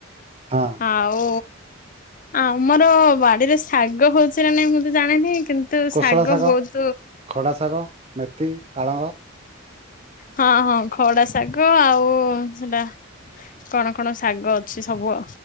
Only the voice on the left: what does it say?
ଆଉ ଆଉ ମୋର ବାଡିରେ ଶାଗ ହଉଛି ନା ନାଇଁ ମୁଁ ତ ଜାଣିନି? କିନ୍ତୁ
ବହୁତ
ହଁ ହଁ, ଖଡା ଶାଗ ଆଉ ସେଟା କଣ କଣ ଶାଗ ଅଛି ସବୁ?